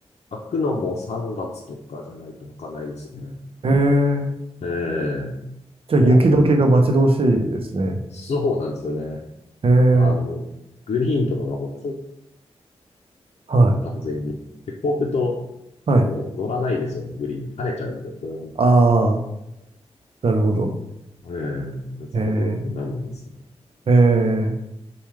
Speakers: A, on the left; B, on the right.
A: 開くのも3月とかじゃないと開かないですね。
B: ええ
A: ええ
B: じゃあ雪解けが待ち遠しいですね。
A: もう、そうなんですよね。
B: えー、
A: あの、グリーンとかがもうこ
B: はい、
A: 完全に。で、こうると、
B: はい。
A: もう乗らないですよね、グリーン。跳ねちゃうんで。うん
B: ああ、なるほど。
A: <laughs> ええ全然ゴルフにならないですね。
B: えー、え